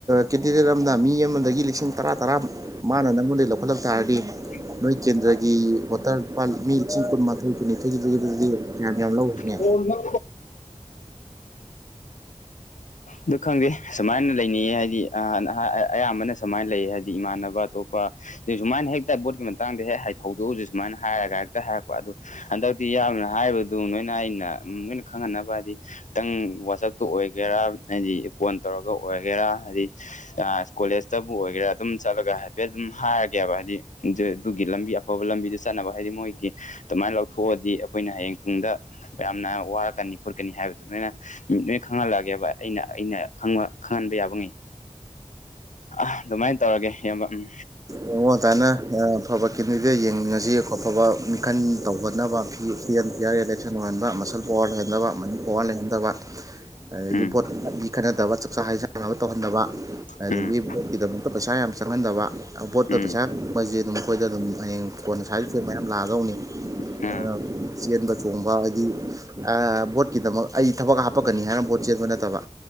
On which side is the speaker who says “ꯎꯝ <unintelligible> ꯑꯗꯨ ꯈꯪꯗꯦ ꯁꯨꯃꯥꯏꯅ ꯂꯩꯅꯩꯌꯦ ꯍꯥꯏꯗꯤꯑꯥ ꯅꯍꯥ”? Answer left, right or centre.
Left